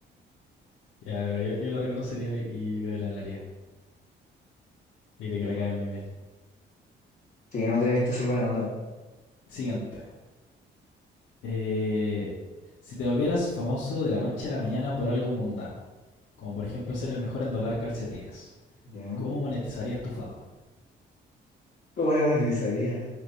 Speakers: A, on the left; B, on the left.
A: Ya, pero yo, yo lo reconocería y yo creo que la hablaría. Le Diré
B: Pero
A: que me cae muy bien.
B: sí, no tiene pinta de ser buena onda,
A: Siguiente. Eh, si te volvieras famoso de la noche a la mañana por algo mundano, como por ejemplo ser el mejor en doblar calcetines,
B: ¿ya?
A: ¿cómo monetizarías tu fama?
B: ¿Cómo la monetizaría?